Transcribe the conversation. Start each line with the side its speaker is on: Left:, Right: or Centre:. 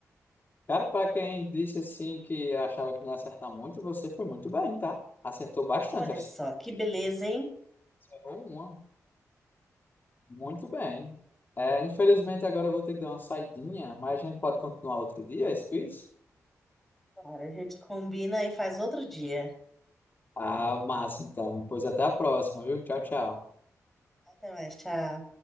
Left: Cara, para quem disse assim que achava que não ia acertar muito, você foi muito bem, tá? Acertou bastante.
Centre: olha
Left: Acho
Centre: só,
Left: que
Centre: que beleza, hein?
Left: você errou uma. Muito bem. É, infelizmente, agora eu vou ter que dar uma saidinha, mas a gente pode continuar outro dia, esse quiz?
Centre: Claro, a gente combina e faz outro dia.
Left: Ah, massa, então. Pois até a próxima, viu? Tchau, tchau.
Centre: Até mais, tchau.